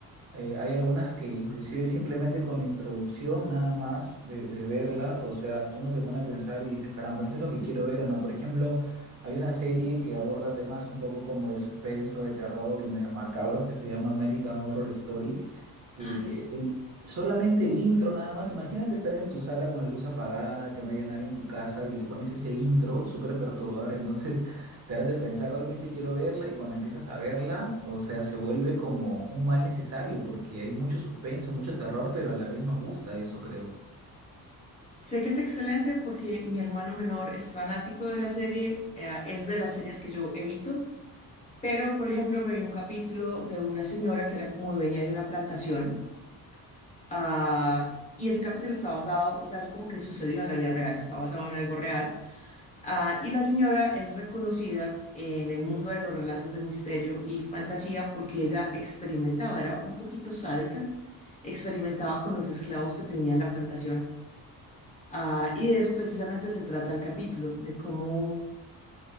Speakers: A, on the right; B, on the left.
A: Eh, hay algunas que inclusive simplemente con la introducción nada más de, de verla, o sea, tú no te pones a pensar y dices, caramba, eso es lo que quiero ver o no. Por ejemplo, hay una serie que aborda temas un poco como de suspenso, de terror y medios macabros que se llama American Horror Story, que
B: Ay, sí.
A: el- solamente el intro nada más, imagínate estar en tu sala con la luz apagada, que no haya nadie en tu casa y te pones ese intro súper perturbador, entonces te hace pensar, realmente quiero verla y cuando empiezas a verla, o sea, se vuelve como un mal necesario porque hay mucho suspenso, mucho terror, pero a la vez nos gusta eso, creo.
B: Sé que es excelente porque mi hermano menor es fanático de la serie, eh, es de las series que yo evito, pero por ejemplo me vi un capítulo de una señora que era como dueña de una plantación. Ah, y ese capítulo está basado, o sea, eso como que sucedió en la vida real, está basado en algo real. Ah, y la señora es reconocida en el mundo de los relatos de misterio y fantasía porque ella experimentaba, era un poquito sádica, experimentaba con los esclavos que tenía en la plantación. Ah, y de eso precisamente se trata el capítulo, de cómo